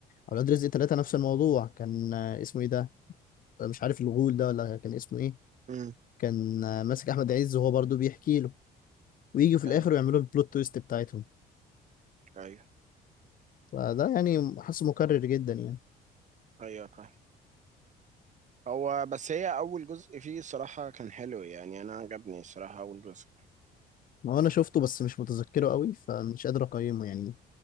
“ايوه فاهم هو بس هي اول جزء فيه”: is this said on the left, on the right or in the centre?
Right